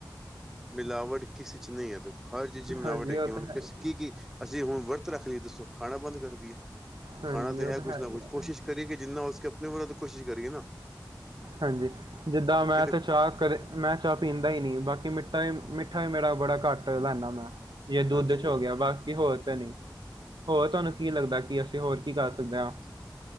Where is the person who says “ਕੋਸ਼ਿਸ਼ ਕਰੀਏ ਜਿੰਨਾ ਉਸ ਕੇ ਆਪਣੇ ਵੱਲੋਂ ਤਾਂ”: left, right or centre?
Centre